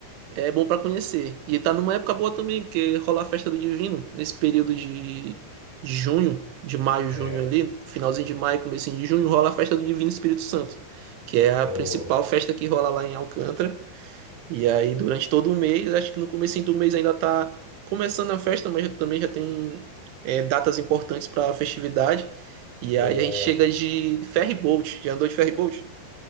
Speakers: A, on the right; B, on the left.
A: É bom pra conhecer. E tá numa época boa também, porque rola a festa do Divino nesse período de, de junho, de maio,
B: É.
A: junho ali, finalzinho de maio, comecinho de junho, rola a festa do Divino Espírito Santo, que é a
B: Oh,
A: principal festa que rola lá em Alcântara. E aí durante todo o mês, acho que no comecinho do mês ainda tá começando a festa, mas já- também já tem é, datas importantes pra festividade. E
B: bom.
A: aí a gente chega de ferry boat. Já andou de ferry boat?